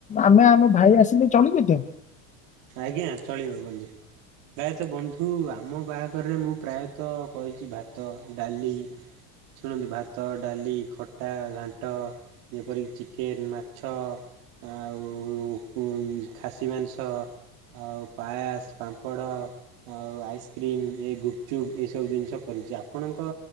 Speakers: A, on the left (about 15°); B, on the right (about 60°).
A: ଆମେ ଆମ ଭାଇ ଆସିଲେ ଚଳିବୁ ତ।
B: ଆଜ୍ଞା ଚଳିବ ବନ୍ଧୁ ପ୍ରାୟତଃ ବନ୍ଧୁ ଆମ ବାହାଘରରେ ମୁଁ ପ୍ରାୟତଃ କରିଛି ଭାତ ଡାଲି ଶୁଣନ୍ତିୁ ଭାତ ଡାଲି ଖଟା ଘାଣ୍ଟ ଯେପରିକି ଚିକେନ ମାଛ ଆଉ ଖାସି ମାଂସ ଆଉ ପାୟାସ ପାମ୍ପଡ଼ ଆଉ ଆଇସ୍କ୍ରିମ୍ ଏ ଗୁପଚୁପ୍ ଏଇସବୁ ଜିନିଷ ଏରିଯା ଆପଣଙ୍କ